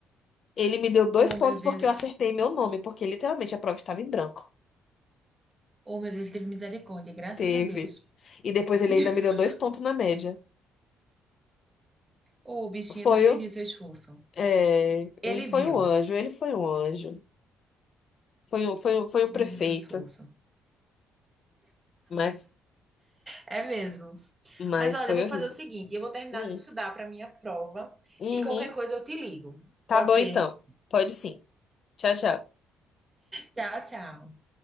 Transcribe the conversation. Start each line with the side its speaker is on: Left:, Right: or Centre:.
Left: Ele me deu dois
Right: Oh,
Left: pontos
Right: meu Deus.
Left: porque eu acertei meu nome, porque literalmente a prova estava em branco.
Right: Oh, meu Deus, teve misericórdia, graças
Left: Teve.
Right: a Deus.
Left: E depois ele
Right: <laughs>
Left: ainda me deu dois pontos na média.
Right: Ô, bichinho,
Left: Foi
Right: não, ele viu seu esforço.
Left: É,
Right: Ele
Left: ele foi
Right: viu.
Left: um anjo, ele foi um anjo. Foi, um- foi, um- foi o
Right: Ele
Left: prefeito,
Right: viu seu esforço.
Left: mas,
Right: É mesmo.
Left: mas
Right: Mas olha,
Left: foi
Right: eu vou
Left: horrível.
Right: fazer o seguinte, eu vou terminar
Left: Hum,
Right: de estudar para minha prova
Left: uhum.
Right: e qualquer coisa eu te ligo.
Left: Tá
Right: Pode
Left: bom
Right: ser?
Left: então. Pode sim. Tchau, tchau.
Right: Tchau, tchau.